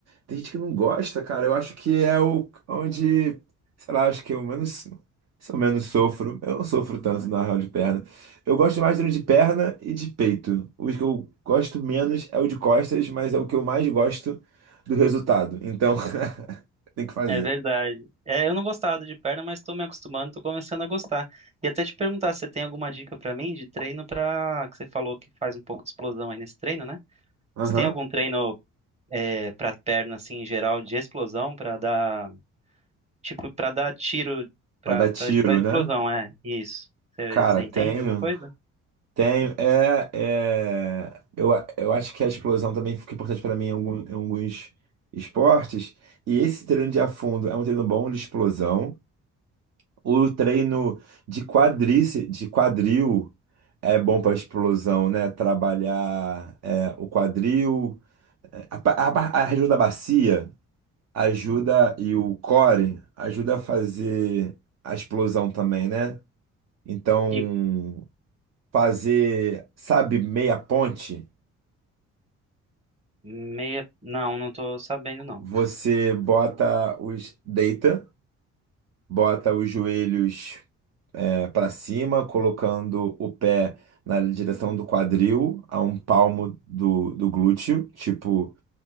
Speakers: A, on the right; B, on the right.
A: tem gente que não gosta, cara. Eu acho que é o onde, sei lá, acho que eu menos, se eu menos sofro. Eu não sofro tanto na real de perna. Eu gosto mais de treino de perna e de peito. Os que eu gosto menos é o de costas, mas é o que eu mais gosto do resultado. Então, <laughs> Tem que fazer.
B: É verdade. É, eu não gostava de perna, mas estou me acostumando, estou começando a gostar. E até te perguntar se você tem alguma dica para mim de treino para que você falou que faz um pouco de explosão aí nesse treino, né?
A: Aham.
B: Você tem algum treino é, para perna assim em geral de explosão para dar tipo para dar tiro para
A: Pra dar
B: para
A: tiro,
B: explosão
A: né?
B: é isso
A: Cara,
B: você entende
A: tenho.
B: alguma coisa
A: Tenho. É, é... Eu, a- eu acho que a explosão também fica importante para mim em algum- em alguns esportes. E esse treino de afundo é um treino bom de explosão. O treino de quadrice, de quadril é bom para explosão, né? Trabalhar é, o quadril. É, A, pa- a, ba- a região da bacia ajuda e o core ajuda a fazer a explosão também, né? Então,
B: e
A: fazer, sabe, meia ponte,
B: meia não não tô sabendo não
A: você bota os, deita, bota os joelhos para cima, colocando o pé na direção do quadril, a um palmo do, do glúteo, tipo,